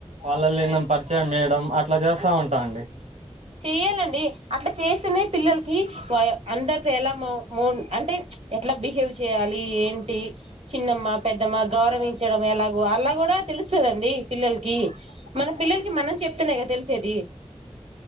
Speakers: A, on the right (about 75°); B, on the right (about 60°).
A: వాళ్ళల్ని నేను పరిచయం చేేయడం అట్లా చేస్తా ఉంటాను అండి
B: చెయ్యాలండి అట్లా చేస్తేనే పిల్లలకి వయ అందరితో ఎలా ము మూన్ అంటే ఎట్లా బిహేవ్ చేయాలి ఏంటి చిన్నమ్మా పెద్దమ్మా గౌరవించడం ఎలాగో అలా గుడా తెలుస్తదండి పిల్లలకి మన పిల్లలకి మనం చెప్తనే కదా తెలిసేది